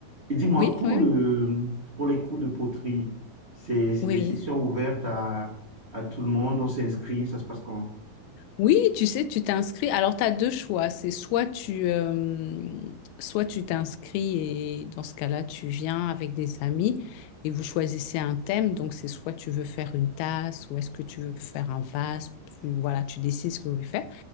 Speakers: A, on the right; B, on the left.
A: et dis-moi,
B: Oui,
A: pour
B: oui,
A: le,
B: oui.
A: pour les cours de poterie, c'est c'est
B: Oui.
A: des sessions ouvertes à, à tout le monde, on s'inscrit, ça se passe comment?
B: Oui, tu sais, tu t'inscris. Alors, tu as deux choix. C'est soit tu, euh, soit tu t'inscris et dans ce cas-là, tu viens avec des amis et vous choisissez un thème. Donc, c'est soit tu veux faire une tasse ou est-ce que tu veux faire un vase. Tu- voilà, tu décides ce que vous voulez faire.